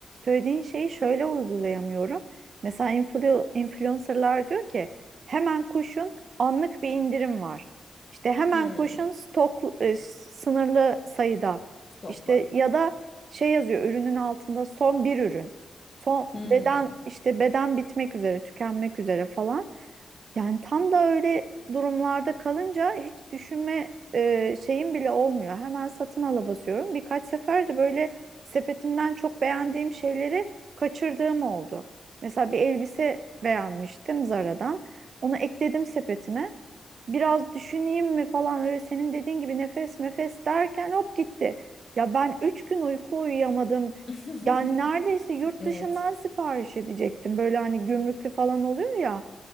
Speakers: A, on the right; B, on the left.
A: söylediğin şeyi şöyle uygulayamıyorum. Mesela influ influencerlar diyor ki hemen koşun anlık bir indirim var. İşte hemen
B: Hmm,
A: koşun stok e, sınırlı sayıda.
B: stok
A: İşte
B: var.
A: ya da şey yazıyor ürünün altında son bir ürün. Son
B: Hmm.
A: beden işte beden bitmek üzere, tükenmek üzere falan. Yani tam da öyle durumlarda kalınca hiç düşünme e, şeyim bile olmuyor. Hemen satın ala basıyorum. Birkaç sefer de böyle sepetimden çok beğendiğim şeyleri kaçırdığım oldu. Mesela bir elbise beğenmiştim Zara'dan. Onu ekledim sepetime. Biraz düşüneyim mi falan öyle senin dediğin gibi nefes nefes derken hop gitti. Ya ben üç gün uyku uyuyamadım.
B: <laughs>
A: Yani neredeyse yurt
B: Evet.
A: dışından sipariş edecektim. Böyle hani gümrüklü falan oluyor ya.